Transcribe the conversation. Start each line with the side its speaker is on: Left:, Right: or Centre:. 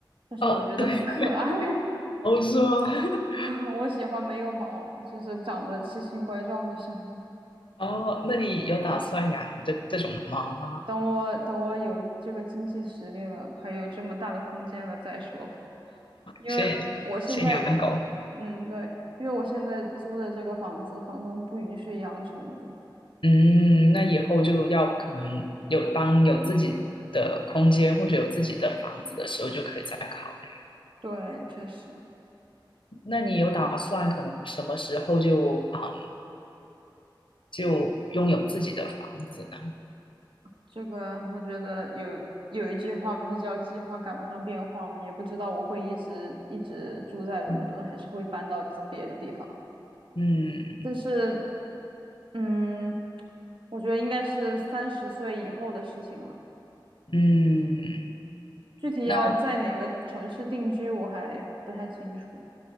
Right: 但是我觉得很可爱。
Left: 哦，对，
Right: <laughs>
Left: 哦，是吗？<laughs>
Right: 啊，我喜欢没有毛，就是长得奇形怪状的生物。
Left: 哦，那你有打算养这这种猫吗？
Right: 等我等我有这个经济实力了，还有这么大的空间了再说吧。因为我现在，
Left: 先先养狗，
Right: 嗯，对，因为我现在租的这个房子，房东不允许养宠物。
Left: 嗯，那以后就要可能有当有自己的空间或者有自己的房子的时候，就可以再考虑。
Right: 对，确实，
Left: 那你有打算可能什么时候就啊、就拥有自己的房子呢？
Right: 这个我觉得有有一句话不是叫“计划赶不上变化”吗？也不知道我会一直一直住在伦敦，
Left: 嗯
Right: 还是会搬到别的地方。
Left: 嗯
Right: 但是，嗯，我觉得应该是三十岁以后的事情了。
Left: 嗯，
Right: 具体要在哪个城市定居，
Left: 那
Right: 我还不太清楚